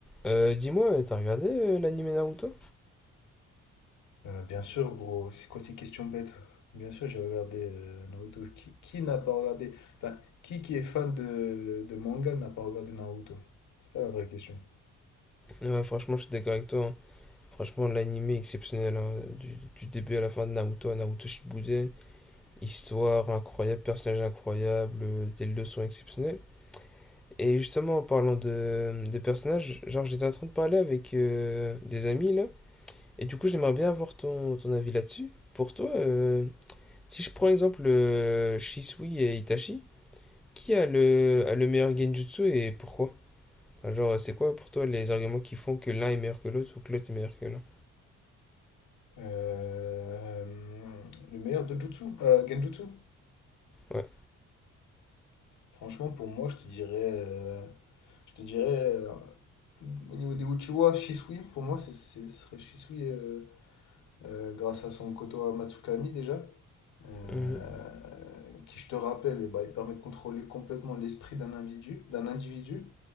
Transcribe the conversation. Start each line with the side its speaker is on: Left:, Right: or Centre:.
Centre: Euh, dis-moi, euh, t'as regardé euh, l'anime Naruto?
Left: Euh, bien sûr, gros, c'est quoi ces questions bêtes? Bien sûr, j'ai regardé euh, Naruto. Qui, qui n'a pas regardé? Enfin, qui qui est fan de, de manga n'a pas regardé Naruto? C'est ça la vraie question.
Centre: Ouais, franchement, je suis d'accord avec toi. hein. Franchement, l'anime est exceptionnel. hein. Du, du début à la fin de Naruto à Naruto Shippuden. Histoire incroyable, personnage incroyable, euh, des leçons exceptionnelles. Et justement, en parlant de, de personnages, genre, j'étais en train de parler avec euh, des amis là. Et du coup, j'aimerais bien avoir ton, ton avis là-dessus. Pour toi, euh, si je prends exemple euh, Shisui et Itachi, qui a le, a le meilleur Genjutsu et pourquoi? Alors, c'est quoi pour toi les arguments qui font que l'un est meilleur que l'autre ou que l'autre est meilleur que l'un
Left: Euh, le meilleur Dojutsu, euh, Genjutsu?
Centre: Ouais.
Left: Franchement, pour moi, je te dirais, euh, je te dirais euh, au niveau des Uchiwa, Shisui. Pour moi, c'est- c'est- ce serait Shisui euh, euh, grâce à son Koto Matsukami déjà. euh,
Centre: Mhm.
Left: qui, je te rappelle, eh ben, il permet de contrôler complètement l'esprit d'un individu, d'un individu.